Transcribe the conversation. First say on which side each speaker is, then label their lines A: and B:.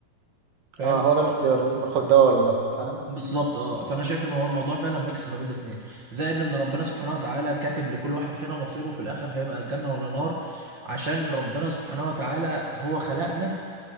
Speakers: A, on the right (about 50°); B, on the right (about 70°).
A: فاهم
B: آه هو ده الاختيار إن أنت تاخد الدواء ولا لأ فاهم
A: بالظبط اه فانا شايف ان هو الموضوع فعلا ميكس ما بين الاثنين زائد ان ربنا سبحانه وتعالى كاتب لكل واحد فينا مصيره في الاخر هيبقى الجنه ولا نار عشان ربنا سبحانه وتعالى هو خلقنا